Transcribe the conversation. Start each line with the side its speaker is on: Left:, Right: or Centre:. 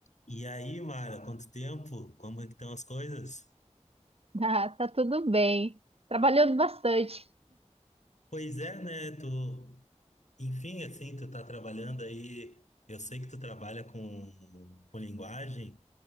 Left: E aí, Mara, quanto tempo? Como é que estão as coisas?
Right: Ah, tá tudo bem. Trabalhando bastante.
Left: Pois é, né? Tu, enfim, assim, tu tá trabalhando aí. Eu sei que tu trabalha com, com linguagem.